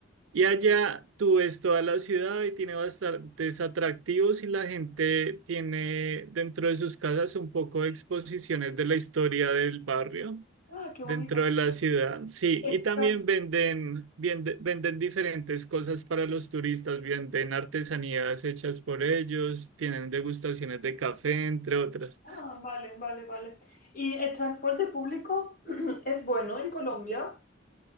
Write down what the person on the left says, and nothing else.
Ah, qué
bonito.
El
trans-
Ah, vale, vale, vale. ¿Y el transporte público <clears throat> es bueno en Colombia?